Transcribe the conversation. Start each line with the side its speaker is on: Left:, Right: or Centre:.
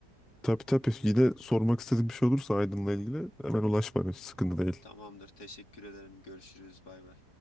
Centre: Tabii tabii. Yine sormak istediğim bir şey olursa Aydın'la ilgili hemen ulaş bana. Hiç sıkıntı değil.
Left: Tamamdır teşekkür ederim görüşürüz bay bay.